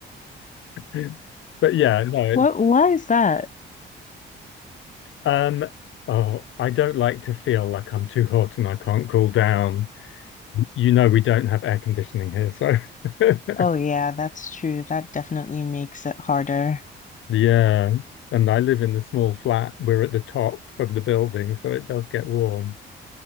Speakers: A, on the left; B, on the left.
A: <laughs> But yeah, no, it's
B: What, why is that?
A: um oh, I don't like to feel like I'm too hot and I can't cool down. You know we don't have air conditioning here, so <laughs>
B: Oh, yeah, that's true. That definitely makes it harder.
A: yeah. And I live in a small flat. We're at the top of the building, so it does get warm.